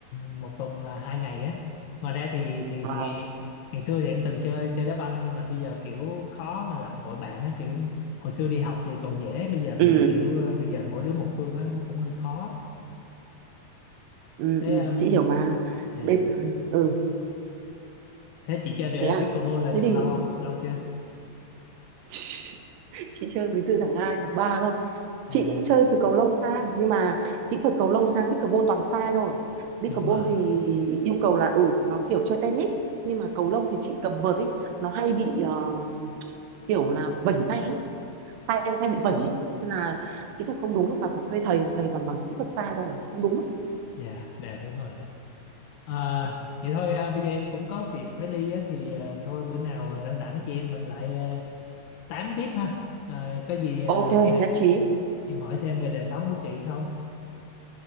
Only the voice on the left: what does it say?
một tuần là hai ngày á ngoài ra thì thì
thì ngày xưa thì em từng chơi chơi đá banh nhưng mà bây giờ kiểu khó mà lập hội bạn á kiểu hồi xưa đi học thì còn dễ bây giờ
thì kiểu ờ, bây giờ mỗi đứa một phương á nó cũng hơi khó
thế
um,
yeah.
thế chị chơi đờ-
pickleball là được
lâu không lâu chưa
à,
đúng rồi
dạ dạ đúng rồi đúng à, vậy thôi à, bây giờ em cũng có việc phải đi á thì à, thôi bữa nào rảnh rảnh chị em mình lại ờ, tám tiếp ha Rồi, có gì ờ,
em hỏi thêm về đời sống của chị xong